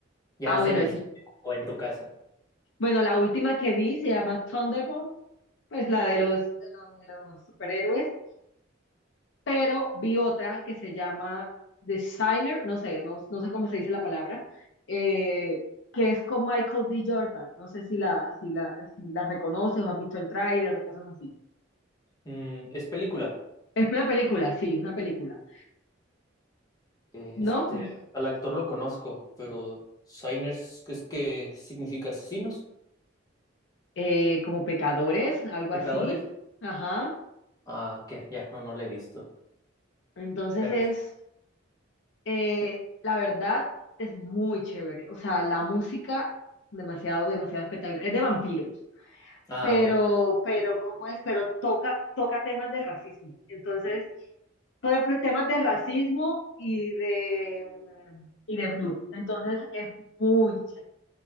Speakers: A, on the left; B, on the left.
A: ya
B: Ah,
A: sea
B: bueno,
A: en el cine o en tu casa.
B: bueno, la última que vi se llama Thunderbolt, pues la de los, de los de los superhéroes. pero vi otra que se llama Designer, no sé, no, no sé cómo se dice la palabra, eh, que es con Michael D. Jordan. No sé si la, si la, si la reconoces o has visto el tráiler o cosas así.
A: Mm, ¿es película?
B: Es una película, sí, es una película,
A: Este,
B: ¿no?
A: al actor lo conozco, pero Shiners, ¿qué es que significa asesinos?
B: Eh, como pecadores, algo
A: Pecadores.
B: así. Ajá.
A: Ah, que ya, no, no lo he visto.
B: Entonces
A: Pero,
B: es,
A: sí.
B: eh, la verdad, es muy chévere. O sea, la música, demasiado, demasiado espectacular. Es de vampiros.
A: ah,
B: pero,
A: ok.
B: pero, ¿cómo es? Pero toca, toca temas de racismo. Entonces, toca pr- temas de racismo y de, y de blue. Entonces, es muy chévere.